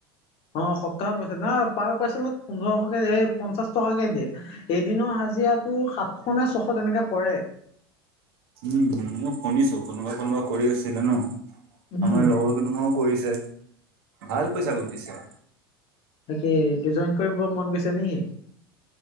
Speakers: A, on the left (about 50°); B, on the right (about 75°).
A: অ', সপ্তাহত পাইছে না, পাৰ পাৰ্চেলত পোন্ধৰশকে, এই পঞ্চাশ টকাকে দিয়ে। এদিনৰ হাজিৰাটো সাতশ নে ছশ তেনেকে পৰে।
B: উম, উম, শুনিছো, কোনোবাই কোনোবাই কৰিছিলে ন'?
A: উম
B: আমাৰ লগৰ কেইটামানেও কৰিছে, ভাল পইচা ঘটিছে।
A: তাত কি জইন কৰিব মন গৈছে নেকি?